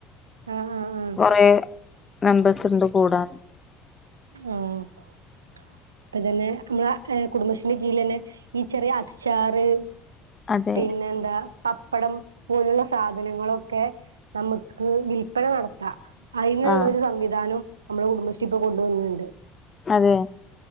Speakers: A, on the right (about 90°); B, on the left (about 30°).
A: ആഹ് ആഹ് ആഹ്
B: കൊറേ മെമ്പേഴ്സ്ണ്ട് കൂടാൻ
A: ഉം ഇപ്പ തന്നെ നമ്മള ഏ കുടുംബശ്രീന്റെ കീഴിലന്നെ ഈ ചെറിയ അച്ചാറ്
B: അതെ
A: പിന്നെന്താ? പപ്പടം പോലുള്ള സാധനങ്ങളൊക്കെ തമുക്ക് വിൽപ്പന നടത്താ. അയിന്ള്ള
B: ആഹ്
A: ഒരു സംവിധാനോം നമ്മളെ കുടുംബശ്രീ ഇപ്പൊ കൊണ്ടുവന്ന്ണ്ട്.
B: അതെ